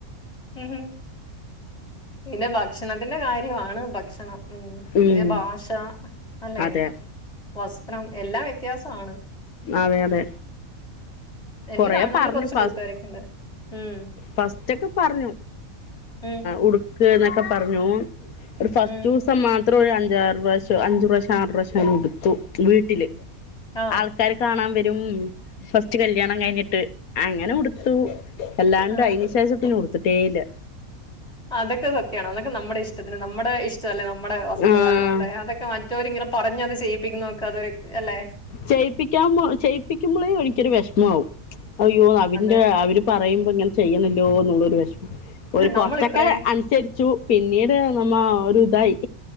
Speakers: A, on the left; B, on the left.
A: ഉം പിന്നെ ഭക്ഷണത്തിന്റെ കാര്യമാണ് ഭക്ഷണം ഉ പിന്നെ
B: ഉം
A: ഭാഷ അല്ലെ
B: അതെ
A: വസ്ത്രം എല്ലാം വ്യത്യാസമാണ്.
B: അതെ അതെ
A: എനിക്ക്
B: കൊറേ
A: തമിഴ്നാട്ടില്
B: പറഞ്ഞു
A: കുറച്ച്
B: ഫസ്
A: കൂട്ടുകാരൊക്കെ ഉണ്ട് ഉം
B: ഫസ്റ്റ് ഒക്കെ പറഞ്ഞു
A: ഉം
B: ഉടുക്ക് എന്നൊക്കെ പറഞ്ഞു ഒരു ഫസ്റ്റ്
A: ഉം
B: മാത്രം ഒരു അഞ്ചാറ് പ്രാവശ്യം അഞ്ചു പ്രാവശ്യം ആറു പ്രാവശ്യം ഉടുത്തു വീട്ടില്
A: ആ
B: ആൾ ആൾക്കാര് കാണാൻ വരും ഫസ്റ്റ് ക കഴിഞ്ഞിട്ട് അങ്ങനെ ഉടുത്തും എല്ലാണ്ട്
A: ആ
B: അതിന് ശേഷം പിന്നെ ഉടുത്തിട്ടേ ഇല്ല.
A: ആ അതൊക്കെ സത്യമാണ് അതൊക്കെ സത്യാണ് നമ്മുടെ ഇഷ്ടത്തിന് നമ്മുടെ ഇഷ്ട അല്ലെ നമ്മുടെ വസ്ത്രധാരണം
B: ആഹ്
A: അല്ലെ അതൊക്കെ മ മറ്റോരിങ്ങനെ പറഞ്ഞഞ് അത് ചെയ്യിപ്പിക്കുന്ന നോക്ക് അതൊ അല്ലെ?
B: ചെയ്യിപ്പിക്കാൻ ചെയ്യിപ്പിക്കുമ്പോളേ ഓനിക്കൊരു വിഷമമാവും അവന്റെ
A: അതെ
B: അവര് പറയുമ്പോ ഇങ്ങനെ ചെയ്യണല്ലോ എന്നുള്ളരു വെഷമം ഒരു കൊറച്ചൊക്കെ
A: നമ്മൾ ഇത്രേ
B: അനുസരിച്ചു പിന്നീട് നമ്മ ഒരു ഇതായി